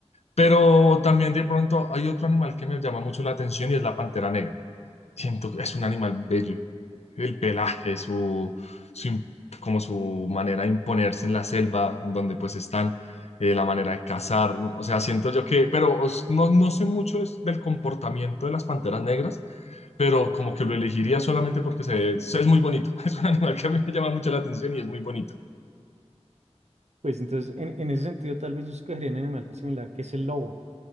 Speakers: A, on the left (about 65°); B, on the right (about 70°).
A: Pero también de pronto hay otro animal que me llama mucho la atención y es la pantera negra. Siento que es un animal bello. el pelaje, su, su im- como su manera de imponerse en la selva donde pues están, eh, la manera de cazar, o sea, siento yo que, pero os- no, no sé mucho es del comportamiento de las panteras negras, pero como que lo elegiría solamente porque se, se- es muy bonito, <laughs> es un animal que a mí me llama mucho la atención y es muy bonito.
B: Pues entonces, en, en ese sentido, tal vez yo escogería un animal similar que es el lobo,